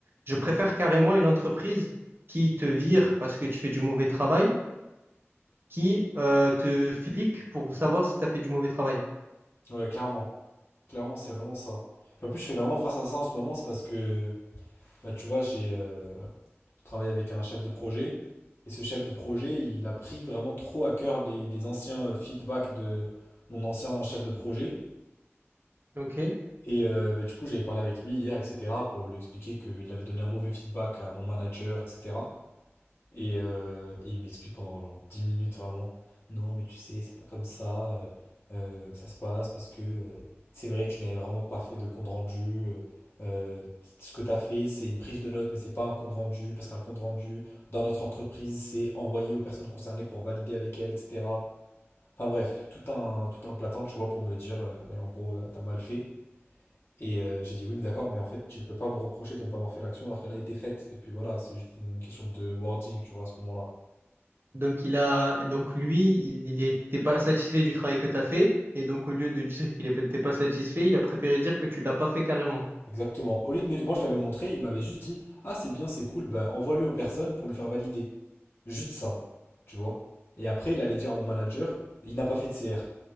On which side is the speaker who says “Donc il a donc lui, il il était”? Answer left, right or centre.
Right